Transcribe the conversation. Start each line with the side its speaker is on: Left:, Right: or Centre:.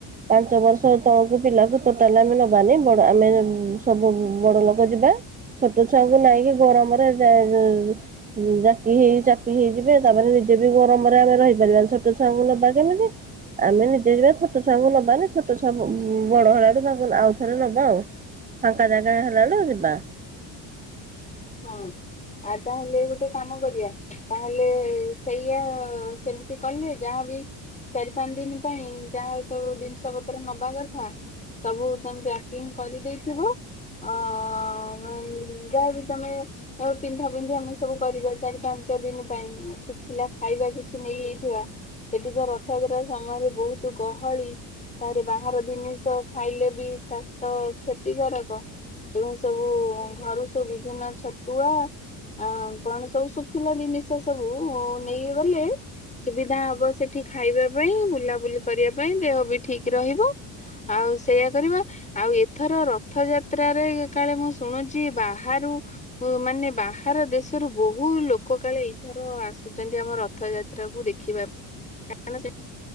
Right: ପାଞ୍ଚ ବର୍ଷ ତଳକୁ ପିଲାକୁ ଟୋଟାଲ ଆମେ ନବାନି ବଡ଼ ଆମେ ସବୁ ବଡ ଲୋକ ଯିବା ଛୋଟ ଛୁଆଙ୍କୁ ନେଇକି ଗରମରେ ଯ ଜାକି ହେଇ ଚାପି ହେଇଯିବେ ତାପରେ ନିଜେ ବି ଗରମରେ ଆମେ ରହିପାରିବାନି ଛୋଟ ଛୁଆଙ୍କୁ ନବା କେମିତି। ଆମେ ନିଜେ ଯିବା ଛୋଟ ଛୁଆଙ୍କୁ ନବାନି ଛୋଟ ଛୁଆ ବଡ ହେଲାଡୁ ତାଙ୍କୁ ଆଉ ଥରେ ନବା ଆଉ। ଫାଙ୍କା ଜାଗା ହେଲାଠୁ ଯିବା।
Left: ହଁ ଆଉ ତାହେଲେ ଗୋଟେ କାମ କରିବା। ତାହେଲେ ସେଇଆ ସେମିତି କଲେ ଯାହାବି ଚାରି ପାଁନଦିନ ପାଇଁ ଯାହା ଏ ସବୁ ଜିନିଷ ପତ୍ର ନବା କଥା ସବୁ ତମେ ପ୍ୟାକିଙ୍ଗ କରିଦେଇଥିବ ଅ ମାନେ ଯାହାଜେ ତମେ ଆଉ ପିନ୍ଧା ପିନ୍ଧି ଆମେ ସବୁ କରିବା ଚାରି ପାଞ୍ଚ ଦିନ ପାଇଁ ଶୁଖିଲା ଖାଇବା କିଛି ନେଇଯାଇଥିବା। ଏଠି ତ ରଥଯାତ୍ରା ସମୟରେ ବହୁତ ଗହଳି। ତାରେ ବାହାର ଜିନିଷ ଖାଇଲେ ବି ସ୍ୱାସ୍ଥ କ୍ଷତିକାରକ। ତେଣୁ ସବୁ ଘରୁ ସବୁ ବିଭିନ୍ନ ଛତୁଆ ଆ କଣ ସବୁ ଶୁଖିଲା ଜିନିଷ ସବୁ ନେଇକ ଗଲେ ସୁବିଧା ହବ ସେଠି ଖାଇବା ପାଇଁ ବୁଲାବୁଲି କରିବା ପାଇଁ ଦେହ ବି ଠିକ ରହିବ। ଆଉ ସେଇୟଆ କରିବା। ଆଉ ଏଥର ରଥଯାତ୍ରାରେ କାଳେ ମୁଁ ଶୁଣୁଚି ବାହାରୁ ଉ ମାନେ ବାହାର ଦେଶରୁ ବହୁ ଲୋକ କାଳେ ଏଇଥର ଆସୁଚନ୍ତି ଆମର ରଥଯାତ୍ରା କୁ ଦେଖିବା ପାଇଁ। <unintelligible>